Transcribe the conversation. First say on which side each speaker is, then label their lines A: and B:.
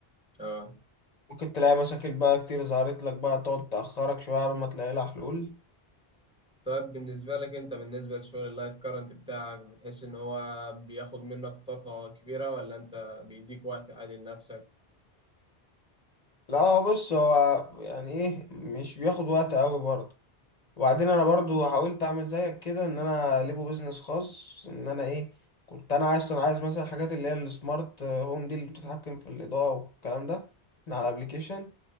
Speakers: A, in the centre; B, on the left (about 45°).
A: اه
B: ممكن تلاقي مشاكل بقى كتير ظهرت لك بقى تقعد تأخرك شوية على ما تلاقي لها حلول
A: طيب بالنسبة لك انت بالنسبة لشغل اللايت كارنت بتاعك بتحس ان هو بياخد منك طاقة كبيرة ولا انت بيديك وقت عادي لنفسك
B: لا هو بص هو يعني ايه مش بياخد وقت أوي برضه وبعدين أنا برضه حاولت أعمل زيك كده إن أنا ليبو بيزنس خاص إن أنا ايه كنت أنا عايز أنا عايز مثلا الحاجات اللي هي السمارت هوم دي اللي بتتحكم في الإضاءة والكلام ده من على الأبليكيشن